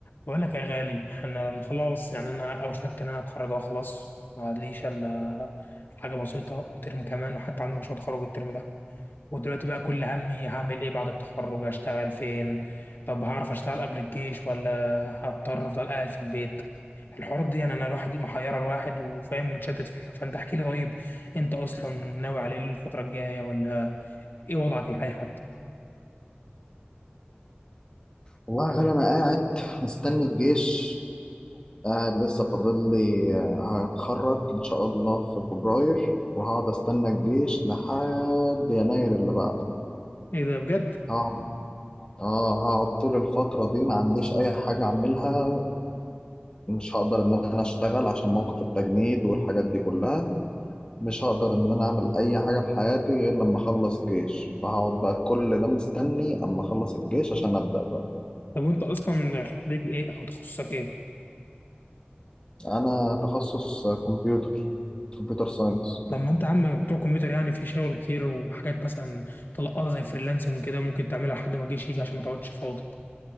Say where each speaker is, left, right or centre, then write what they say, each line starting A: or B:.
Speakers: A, on the left (about 55°); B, on the left (about 25°).
A: بقول لك يا غالي انا خلاص يعني انا اوشكت ان انا اتخرج اهو خلاص ما ليش الا حاجه بسيطه وترم كمان وحتى عندي مشروع تخرج الترم ده ودلوقتي بقى كل همي هعمل ايه بعد التخرج اشتغل فين طب هعرف اشتغل قبل الجيش ولا هضطر افضل قاعد في البيت الحوارات دي يعني انا الواحد محيره الواحد وفاهم متشتت فيها فانت احكي لي طيب انت اصلا ناوي على ايه الفتره الجايه ولا ايه وضعك الحالي حتى
B: والله يا غالي أنا قاعد مستني الجيش قاعد لسه فاضل لي آه، هتخرج إن شاء الله في فبراير وهقعد أستنى الجيش لحد يناير اللي بعده
A: ايه ده بجد
B: هقعد آه هقعد طول الفترة دي ما عنديش أي حاجة أعملها مش هقدر إن أنا أشتغل عشان موقف التجنيد والحاجات دي كلها مش هقدر إن أنا أعمل أي حاجة في حياتي غير لما أخلص جيش فهقعد بقى كل ده مستني أما أخلص الجيش عشان أبدأ بقى
A: طب وانت اصلا خريج ايه او تخصصك ايه
B: انا تخصص كمبيوتر كمبيوتر ساينس
A: لما انت عم بتوع كمبيوتر يعني في شغل كتير وحاجات مثلا تلقطها زي فريلانسنج كده ممكن تعملها لحد ما الجيش يجي عشان ما تقعدش فاضي